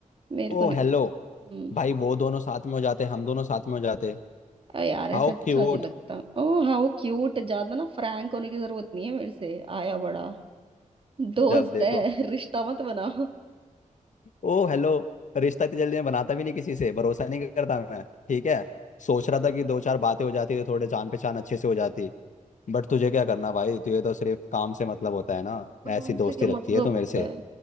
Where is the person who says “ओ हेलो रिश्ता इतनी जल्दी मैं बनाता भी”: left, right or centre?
Left